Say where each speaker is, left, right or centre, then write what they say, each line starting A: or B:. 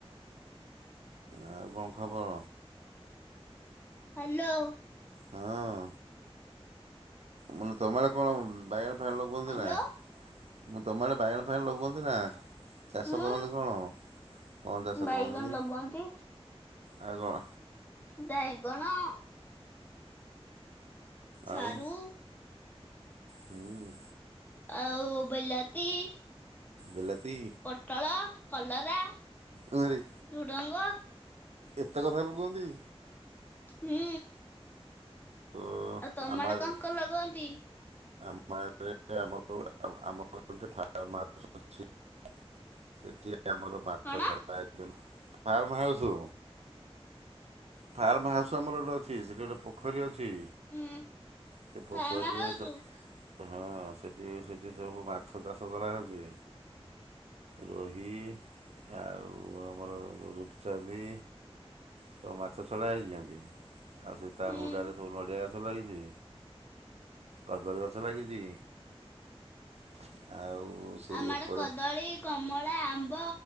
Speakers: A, on the right; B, on the left.
A: ଆଉ କଣ ଖବର?
B: ହାଲୋ।
A: ହଁ, ମାନେ ତମଆଡ଼େ କଣ ବାଇଗଣ ଫାଇଗଣ ଲଗଉଚନ୍ତି
B: ହ୍ୟାଲୋ
A: ନା, ମୁଁ ତମ ଆଡ଼େ ବାଇଗଣ ଫାଇଗଣ ଲଗଉଚନ୍ତି ନା? ଚାଷ
B: ହୁଁ
A: କରନ୍ତି କଣ? କଣ ଚାଷ
B: ବାଇଗଣ
A: କରନ୍ତି?
B: ଲଗାନ୍ତି
A: ଆଉ କଣ?
B: ବାଇଗଣ ସାରୁ
A: ଆଉ, ହୁଁ।
B: ଆଉ ବେଲାତି
A: ବିଲତି
B: ପୋଟଳ, କଲରା
A: ଗାଁ ରେ
B: ଝୁଡ଼ଙ୍ଗ
A: ଏତେ କଥା ଲଗୁଅନ୍ତି?
B: ହୁଁ।
A: ଓ
B: ଆଉ ତମ
A: ଆମ
B: ଆଡେ
A: ଆଡ଼େ
B: କଣ
A: ବି
B: କଣ ଲଗାନ୍ତି?
A: ଆମ ଆମର ଆମର ଗୋଟେ ଫାର୍ମାର୍ ଅଛି <unintelligible> ସେଠି ଆମର ମାଛ
B: କଣ
A: ଛଡା <unintelligible> ଫାର୍ମ ହାଉସ୍। ଫାର୍ମ ହାଉସ ଆମର ଗୋଟେ ଅଛି, ସେଠି ଗୋଟେ ପୋଖରୀ ଅଛି।
B: ଉଁ
A: ସେ ପୋଖରୀରେ
B: ଫାର୍ମ ହାଉସ
A: ସେ ହଁ ସେଠି ସେଠି ସବୁ ମାଛ ଚାଷ କରାହେଉଛି। ରୋହି ଆଉ ଆମର ରୂପଚାନ୍ଦି ସବୁ ମାଛ ଛଡା ହେଇଛନ୍ତି, ଆଉ ସେ ତା
B: ହୁଁ
A: ହୁଡାରେ ସବୁ ନଡିଆ ଗଛ ଲାଗିଚି, କଦଳୀ ଗଛ ଲାଗିଚି। ଆଉ ସେଇ
B: ଆମର
A: ଉପରେ
B: କଦଳୀ, କମଳା, ଆମ୍ବ,